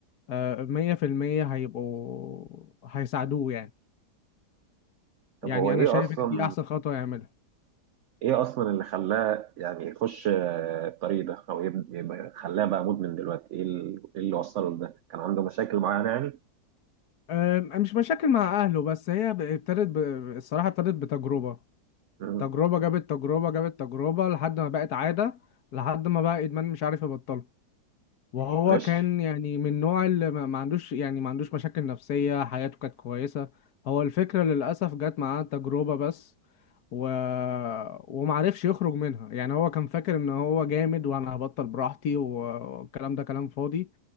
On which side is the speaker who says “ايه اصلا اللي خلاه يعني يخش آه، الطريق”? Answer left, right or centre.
Right